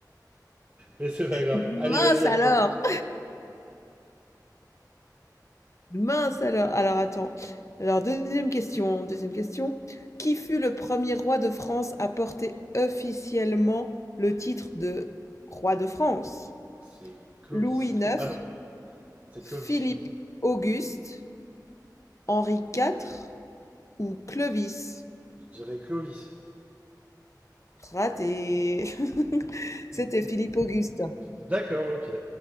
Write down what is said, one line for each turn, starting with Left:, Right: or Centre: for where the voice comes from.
Right: Mais c'est pas grave.
Left: Mince
Right: Allez, vas-y à
Left: alors.
Right: toi.
Left: Mince alors. Alors attends. Alors deuxième question. Deuxième question. Qui fut le premier roi de France à porter officiellement le titre de roi de France?
Right: C'est Clovis.
Left: Louis neuf,
Right: Ah non, c'est
Left: Philippe-Auguste,
Right: Clovis.
Left: Henri quatre ou Clovis?
Right: Je dirais Clovis.
Left: Raté. <laughs> C'était Philippe-Auguste.
Right: D'accord, ok.